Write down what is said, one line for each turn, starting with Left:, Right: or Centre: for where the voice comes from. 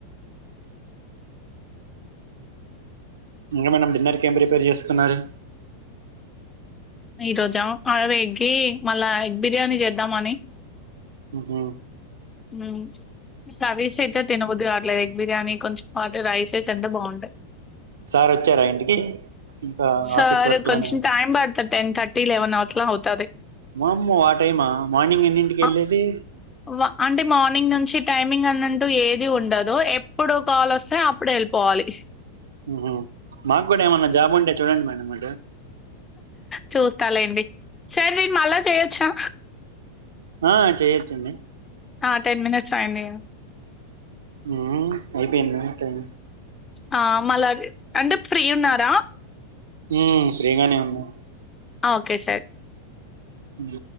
Right: ఇంకా మేడం డిన్నర్కి ఏం ప్రిపేర్ చేస్తున్నారు
Left: ఈ రోజా ఆ ఎగ్గి మళ్ళా ఎగ్ బిర్యానీ చేద్దామని
Right: ఉహూ
Left: ఊ సవి <unintelligible> తినబుద్దిగాట్లేదు ఎగ్ బిర్యానీ కొంచెం వాటి రైసెస్ అంటే బాగుంటయి
Right: సార్ వచ్చారా ఇంటికి ఇంకా
Left: సార్
Right: ఆఫీస్ వర్క్
Left: కొంచెం
Right: లోనే
Left: టైం బడతది అట్లా అవుతది.
Right: వామ్మో ఆ టైమా మార్నింగ్ ఎన్నింటికి
Left: అ
Right: వెళ్ళేది
Left: వ అంటే మార్నింగ్ నుంచి టైమింగ్ అన్నన్ట్టు ఏది ఉండదు ఎప్పుడు కాల్ వస్తే అప్పుడు వెళ్ళిపోవాలి
Right: ఉహూ మాకు కూడా ఏమన్న జాబ్ ఉంటే చూడండి మేడం అటు
Left: చూస్తా లేండి సర్ నేను మళ్ళా చేయొచ్చా
Right: ఆ చేయొచ్చండి
Left: ఆ టెన్ మినిట్స్ అయింది కదా
Right: హుమ్ అయిపోయింద టెన్
Left: ఆ మళ్ళ అం అంటే ఫ్రీ ఉన్నారా
Right: ఊ ఫ్రీగనే ఉన్నా
Left: ఆ ఓకే సర్
Right: ఉమ్